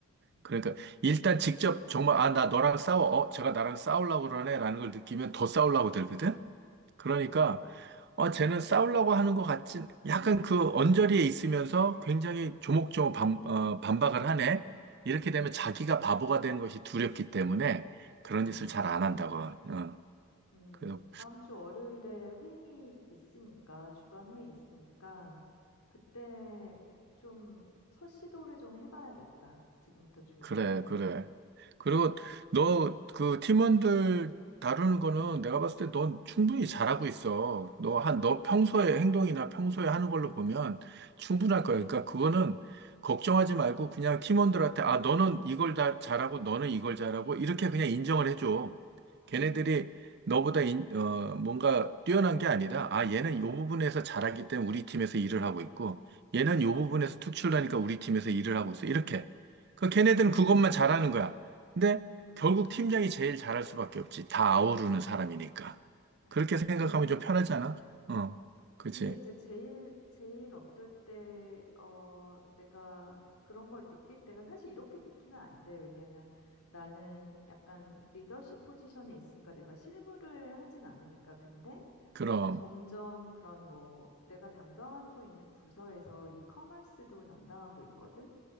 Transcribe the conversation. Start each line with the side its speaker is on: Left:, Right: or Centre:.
Left: 음.
Right: 그러니까 일단 직접 정말, 아, 나 너랑 싸워. 어, 제가 나랑 싸우려고 그러네. 라는 걸 느끼면 더 싸우려고 들거든. 그러니까,
Left: 음, 음, 음. 음.
Right: 어, 쟤는 싸우려고 하는 것 같진, 약간 그 언저리에 있으면서 굉장히 조목조목 반, 어, 반박을 하네. 이렇게
Left: 응응응.
Right: 되면 자기가 바보가 되는 것이 두렵기 때문에 그런
Left: 아,
Right: 짓을 잘 안 한다고. 어.
Left: 음,
Right: 그래서
Left: 다음 주 월요일에 회의 있으니까, 주간 회의 있으니까, 그때 좀 첫 시도를 좀 해봐야겠다. 지금부터 준비해서.
Right: 그래, 그래. 그리고 너 그 팀원들 다루는 거는
Left: 음,
Right: 내가 봤을 때 넌
Left: 음,
Right: 충분히 잘하고 있어. 너 한, 너 평소에 행동이나 평소에 하는 걸로 보면 충분할 거야. 그러니까 그거는 걱정하지 말고 그냥 팀원들한테 아, 너는 이걸 다 잘하고 너는 이걸 잘하고 이렇게 그냥 인정을 해줘.
Left: 음,
Right: 걔네들이 너보다 인- 어, 뭔가 뛰어난 게 아니라 아, 얘는 요 부분에서 잘하기 때문에 우리 팀에서 일을 하고 있고 얘는
Left: 음, 음,
Right: 요
Left: 음,
Right: 부분에서 특출나니까 우리 팀에서 일을 하고 있어. 이렇게. 그 걔네들은
Left: 음, 음,
Right: 그것만 잘하는 거야. 근데
Left: 음,
Right: 결국
Left: 음.
Right: 팀장이 제일 잘할 수밖에 없지. 다 아우르는 사람이니까.
Left: 아,
Right: 그렇게
Left: 그렇지.
Right: 생각하면 좀 편하잖아. 어,
Left: 그-
Right: 그치.
Left: 근데 이제 제일, 제일 어떨 때, 어, 내가 그런 걸 느낄 때가 사실 이렇게 느끼면 안 돼. 왜냐면 나는 약간 리더십 포지션에 있으니까 내가 실무를 하진 않으니까. 근데
Right: 그럼,
Left: 점점 그런 뭐 내가 담당하고 있는 부서에서 이커머스도 담당하고 있거든.